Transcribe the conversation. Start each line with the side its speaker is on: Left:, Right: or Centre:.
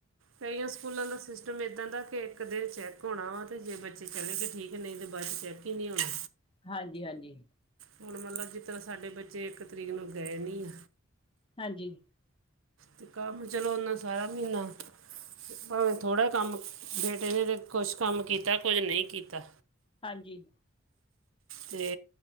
Right: ਕਈਆਂ ਸਕੂਲਾਂ ਦਾ ਸਿਸਟਮ ਇੱਦਾਂ ਦਾ ਕਿ ਇੱਕ ਦਿਨ ਚੈੱਕ ਹੋਣਾ ਵਾ ਤੇ ਜੇ ਬੱਚੇ ਚੜੇ ਠੀਕ ਐ ਨਹੀਂ ਤੇ ਬਸ ਚੈੱਕ ਹੀ ਨਹੀਂ ਹੋਣਾ।
Left: ਹਾਂਜੀ ਹਾਂਜੀ
Right: ਹੁਣ ਮਤਲਬ ਜਿਸ ਤਰ੍ਹਾਂ ਸਾਡੇ ਬੱਚੇ ਇੱਕ ਤਰੀਕ ਨੂੰ ਗਏ ਨੀ
Left: ਹਾਂਜੀ
Right: ਤੇ ਕੰਮ ਚਲੋ ਓਨਾ ਸਾਰਾ ਮਹੀਨਾ ਭਾਵੇਂ ਥੋੜਾ ਕੰਮ ਬੇਟੇ ਨੇ ਤੇ ਕੁਛ ਕੰਮ ਕੀਤਾ ਕੁਝ ਨਹੀਂ ਕੀਤਾ
Left: ਹਾਂਜੀ
Right: ਤੇ